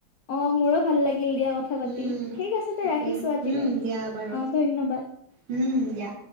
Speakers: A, on the left; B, on the right.
A: অ মোৰো ভাল লাগিল দিয়া কথা পাতি,
B: উম
A: ঠিক আছে
B: তাকে
A: দে ৰাখিছো আজিলে
B: উম
A: অ
B: দিয়া বাৰু
A: ধন্যবাদ।
B: উম! দিয়া।